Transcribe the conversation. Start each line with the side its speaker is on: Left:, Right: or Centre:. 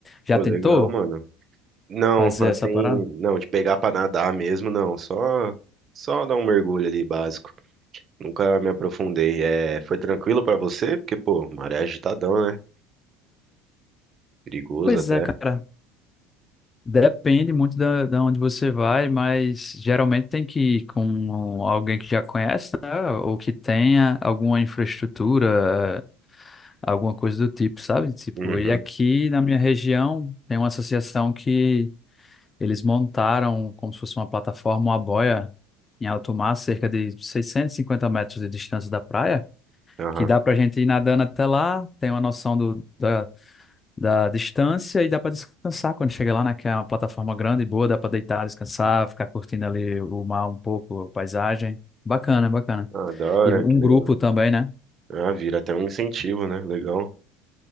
Left: Já
Right: pô,
Left: tentou
Right: legal, mano. Não,
Left: fazer
Right: assim,
Left: essa parada?
Right: não, de pegar pra nadar mesmo, não. Só, só dar um mergulho ali básico. Nunca me aprofundei. É, foi tranquilo pra você? Porque, pô, maré é agitadão, né? Perigoso
Left: Pois
Right: até.
Left: é, cara. Depende muito da, da onde você vai, mas geralmente tem que ir com alguém que já conhece, né? Ou que tenha alguma infraestrutura, alguma coisa do tipo, sabe? Tipo,
Right: Uhum.
Left: e aqui na minha região tem uma associação que eles montaram como se fosse uma plataforma, uma boia em alto mar, cerca de 650 metros de distância da praia,
Right: Aham.
Left: que dá pra gente ir nadando até lá, tem uma noção do, da da distância e dá para descansar quando chega lá, né? Que é uma plataforma grande e boa, dá para deitar, descansar, ficar curtindo ali o mar um pouco, a paisagem. Bacana, bacana.
Right: Ah, da hora,
Left: E um
Right: que legal.
Left: grupo também, né?
Right: Ah, vira até um incentivo, né? Legal.